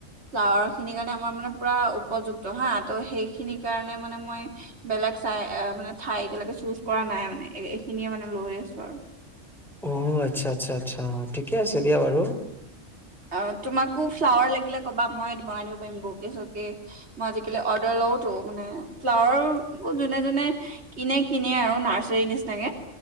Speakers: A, on the right (about 60°); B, in the centre.
A: ফ্লাৱাৰখিনিৰ কাৰণে আমাৰ পুৰা উপযুক্ত, হা। তো সেইখিনি কাৰণে মানে মই বেলেগ চাই- অ' মানে ঠাই চুজ কৰা নাই মানে এইখিনিয়ে মানে লৈ আছো আৰু।
B: অ' আচ্ছা - আচ্ছা - আচ্ছা। ঠিকে আছে দিয়া বাৰু।
A: অ' তোমাকো ফ্লাৱাৰ লাগিলে ক'বা। মই বনাই দিব পাৰিম বুকে-চকে। মই আজিকালি অৰ্ডাৰ লওঁতো, মানে ফ্লাৱাৰ যোনে- যোনে, কিনে- কিনে আৰু নাৰ্চাৰীৰ নিচনাকে